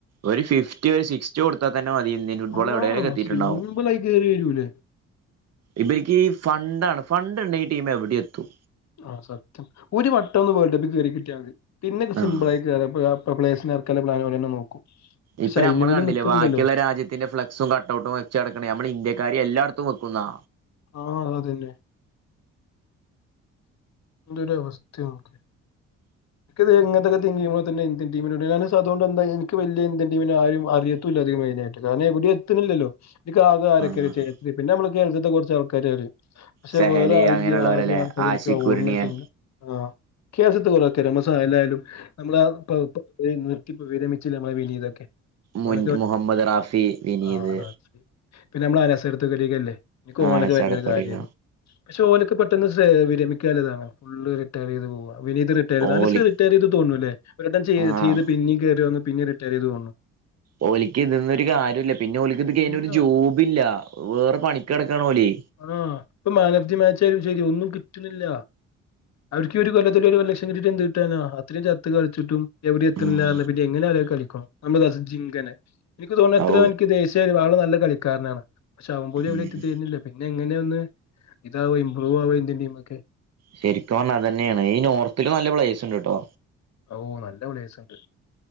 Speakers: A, on the right; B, on the left.
A: ഒരു ഫിഫ്റ്റി ഒരു സിക്സ്റ്റി കൊടുത്താൽ തന്നെ മതി ഇന്ത്യൻ ഫുട്ബോൾ
B: ആഹ്
A: എവിടെലേക്ക് എത്തിയിട്ടുണ്ടാവോ
B: സിമ്പിളായി കേറി വരൂലേ
A: ഇപ്പ എനിക്ക് ഈ ഫണ്ടാണ് ഫണ്ട് ഇണ്ട് ഈ ടീമ് എവിടെ എത്തും
B: ആ സത്യം ഒരു വട്ടം ഒന്ന് വേൾഡ് കപ്പിൽ ക കേയറി കിട്ടിയ മതി പിന്നെ സിമ്പിൾ
A: ആ
B: ആയി കയറുമ്പഴാ ഇപ്പോ സ്പ്ലസിനക്കല്ല പ്ലാൻന്നെ നോക്കും പക്ഷെ
A: ഇപ്പൊ
B: അയിന്
A: നമ്മള്
B: പോലും
A: കണ്ടില്ലേ
B: നിക്കുന്നില്ലല്ലോ
A: ബാക്കിയുള്ള രാജ്യത്തിന്റെ ഫ്ലെക്സും കട്ടഔട്ടും വെച്ചുടക്കണേ ഞമ്മള് ഇന്ത്യക്കാര് എല്ലായിടത്തും വെക്കും ന്നാ
B: ആ അതന്നെ എന്തൊരു അവസ്ഥയാ നിക്ക് ത് ഇങ്ങനക്കത്തെ തന്നെ ഇന്ത്യൻ ടീമിന അതുകൊണ്ട് എന്തായി എനിക്ക് വലിയ ഇന്ത്യൻ ടീമ് ആരെയും അറിയത്തും ഇല്ല അധികായിട്ട് കാരണം എത്തുന്നില്ലല്ലോ എനിക്ക് ആകെ ആരൊക്കെ
A: ആഹ്
B: പിന്നെ നമ്മള് കേരളത്തെ കുറച്ച് ആൾക്കാരെ അറിയും പക്ഷേ
A: സെഹലി
B: വേറെ ആരേയും
A: അങ്ങനെയുള്ളവരല്ലേ
B: ആദ്യ ആൾക്കാരെ
A: ആഷിഖ്
B: എനിക്ക്
A: കുരുണിയൻ
B: ഓർമ്മയില്ല ആ കേസത്തെ കൊലക്കെ രമസ എല്ലായാലും നമ്മള് ആ ഇപ്പപ്പോ വരെ മിച്ചിൽ നമ്മെലിയതൊക്കെ
A: മുൻ
B: നൊക്കെ
A: മുഹമ്മദ് റാഫി വിനീത്
B: ആരി പിന്നെ നമ്മള അനാസ എടുത്തക്കല്ലേ
A: ആനച്ചടത്തൊടിക
B: ഓനൊക്കെ ഭയങ്കര കാര്യ ആരുന്നു പക്ഷേ ഓനൊക്കെ പെട്ടെന്ന് വിരമിക്കാൻതാണ് ഫുള്ള് റിട്ടയർ ചെയ്ത് പോക വിനീത് റിട്ടയർ ചെയ്ത്
A: ഓലി
B: അനസ് റിട്ടയർ ചെയ്ത് തോന്നൂല്ലേ റിട്ടയർ
A: ആഹ്
B: ചെയ്ത് പിന്നീ കേയറി വന്ന് പിന്നെ റിട്ടയർ ചെയ്ത് തോന്നു
A: ഓലിക്ക് ഇതിന്നൊരു കാര്യമില്ല പിന്നെ ഓലിക്ക് ഇത് കഴിഞ്ഞ
B: ഇല്ല
A: ഒരു ജോബ് ഇല്ല വേറെ പണി നടക്കാണ് ഓല്
B: ആ ഇപ്പൊ മാൻ ഓഫ് ദി മാച്ച ആയാലും ശരി ഒന്നും കിട്ടുന്നില്ല അവർക്ക് ഒരു കൊല്ലത്തില് ഒരു ലക്ഷം കിട്ട് എന്ത് കിട്ടാനോ ഇത്രയും ചത്ത് കളിച്ചിട്ടും എവിടെ എത്തണില്ലാ
A: ഉം
B: പിന്നെ എങ്ങനെ ആരും കളിക്കണം നമ്മള് ജിങ്കനെ എനിക്ക് തോന്നുന്നു എത്ര
A: ഔ
B: എനിക്ക് ദേശീയ ഒരു ആള് നല്ല കളിക്കരനാണ് പക്ഷെ അവൻ പോലും
A: ഉം
B: അവരെ എത്തിത്ത തരുന്നില്ല പിന്നെ എങ്ങ അങ്ങനെയ ഒന്ന് ഇതാവോ ഇമ്പ്രൂവ് ആവോ ഇന്ത്യൻ ടീമ ഒക്കെ
A: ശരിക്കും പറഞ്ഞാൽ അത് തന്നെയാണ് ഈ നോർത്തില് നല്ല പ്ലേസ്ണ്ട് കേട്ടോ
B: ഓ നല്ല പ്ലേസ്സുണ്ട്